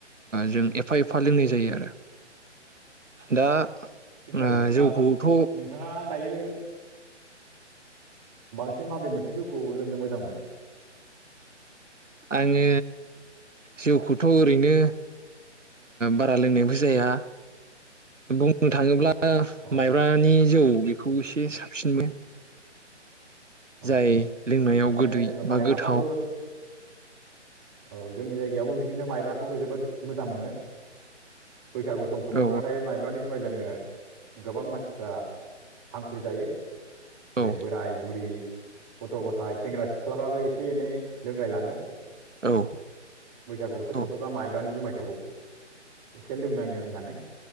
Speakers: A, on the right (about 85°); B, on the right (about 25°).
A: जों एफा एफा लोंनाय जायो आरो दा ओ
B: थिग दं बिदिबा
A: जौखौथ'
B: नोंथाङा दायो बांसिन माबे मोनसे जौखौ लोंनो मोजां मोनो
A: आङो जौखौथ ओरैनो बारा लोंनायबो जाया बुंनो थाङोब्ला आ
B: औ
A: माइब्रानि जौ बे खौ एसे साबसिनबो
B: औ
A: जाय लोंनायाव
B: माने
A: गोदै
B: जोङो
A: बा
B: माइब्राखौबो
A: गोथाव
B: औ जोंनि जायगायावबो बिदिनो माइब्राखौ जोबोद मोजां मोनो बैसागु सम सफैब्लाथाय
A: औ
B: मायब्रानि जुमाय लोंनो गोबां मानसिफ्रा हांखुर जायो जेरै
A: औ
B: बोराय बुरि गथ गथाय सेंग्रा सिख्लाबो एसे एनै लोंलायलाङो
A: औ
B: बैसागु बोथोर
A: औ
B: सफैबा माइब्रानि जुमाय औ एसे लोंनायनो होननानै